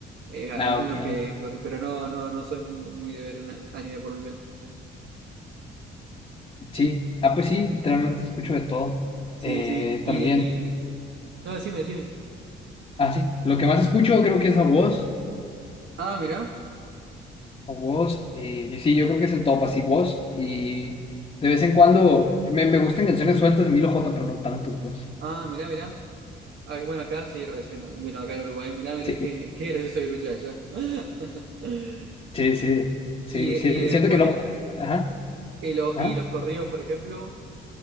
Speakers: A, on the right; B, on the left.
A: eh, algunos
B: Ah, ok.
A: que, cosas, pero no, no, no soy muy, muy de ver un anime por mi cuenta.
B: Sí, ah, pues sí, literalmente escucho de todo.
A: Sí,
B: Eh,
A: sí. Y,
B: también,
A: de- y... No, decime, decime.
B: ah, sí, lo que más escucho creo que es a Woz,
A: Ah, mirá.
B: a Woz, y, y sí, yo creo que es el top, así Woz, y de vez en cuando me, me gustan canciones sueltas de Milo J, pero no tanto, pues.
A: Ah, mirá, mirá. Ah, bueno, acá sí resuena. Bueno, acá en Uruguay, mirá, mirá
B: Sí,
A: qué, qué gracioso que escuché allá. <laughs>
B: sí, sí, sí,
A: Y,
B: sí,
A: y después,
B: siento que no, ajá,
A: y, lo-
B: ajá.
A: y los corridos, por ejemplo.